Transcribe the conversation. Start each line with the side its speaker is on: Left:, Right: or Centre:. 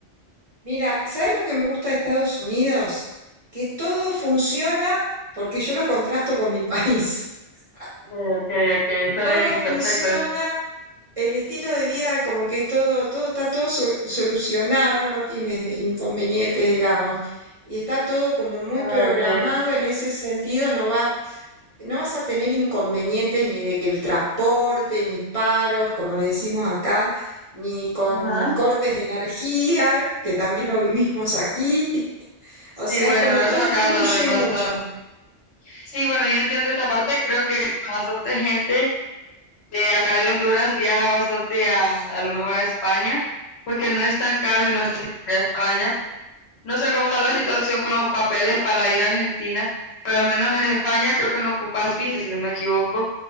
Right: mira, ¿sabes lo que me gusta de Estados Unidos? Que todo funciona, porque yo lo contrasto con mi país. <laughs>
Left: Ok, ok, ok, está
Right: Todo
Left: bien,
Right: funciona,
Left: perfecto.
Right: el estilo de vida como que es todo, todo está todo so- solucionado, no tienes de- inconvenientes, digamos. Y está todo como muy
Left: Ah,
Right: programado
Left: ok.
Right: en ese sentido, no va No vas a tener inconvenientes ni de que el transporte, ni paros, como le decimos acá, ni con
Left: Ajá.
Right: cortes de energía, que también lo vivimos aquí. <laughs>
Left: Sí,
Right: O sea,
Left: bueno,
Right: es como
Left: eso
Right: todo
Left: acá
Right: fluye
Left: también bastante.
Right: mucho.
Left: Sí, bueno, yo entiendo esta parte, creo que bastante gente. de acá de Honduras viaja bastante a, a lo mejor a España, porque no es tan caro y no es tan difícil a España. No sé cómo está la situación con los papeles para ir a Argentina, pero al menos en España creo que no ocupas visa, si no me equivoco.